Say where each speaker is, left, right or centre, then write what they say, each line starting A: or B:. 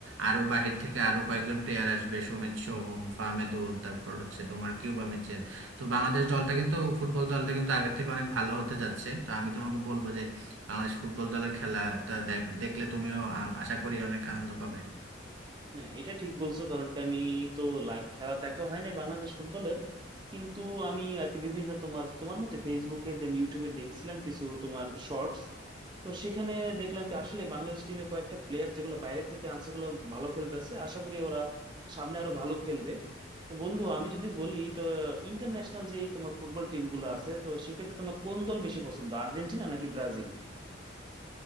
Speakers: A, on the right; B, on the right.
A: আরো বাহির থেকে আরো কয়েকজন প্লেয়ার আসবে সৌমিত সোম ফাহমিদুল তারপর হচ্ছে তোমার কিউবা মিচেল তো বাংলাদেশ দলটা কিন্তু ফুটবল দলটা কিন্তু আগের থেকে অনেক ভালো হতে যাচ্ছে তো আমি তোমাকে বলবো যে বাংলাদেশ ফুটবল দলের খেলাটা দে- দেখলে তুমিও আ- আশা করি অনেক আনন্দ পাবে
B: না এটা ঠিক বলছো কারণ কি আমি তো লাই- খেলা দেখা হয়নি বাংলাদেশ ফুটবলের কিন্তু আমি আর কি বিভিন্ন তোমার তোমার মতে ফেসবুকে দেন ইউটিউবে দেখছিলাম কিছু তোমার শর্টস তো সেখানে দেখলাম কি আসলে বাংলাদেশ টিমে কয়েকটা প্লেয়ার যেগুলো বাইরে থেকে আনছে ওগুলো ভালো খেলতেছে আশা করি ওরা সামনে আরো ভালো খেলবে তো বন্ধু আমি যদি বলি তো ইন্টারন্যাশনাল যেই তোমার ফুটবল টিম গুলো আছে তো সেক্ষেত্রে তোমার কোন দল বেশি পছন্দ আর্জেন্টিনা নাকি ব্রাজিল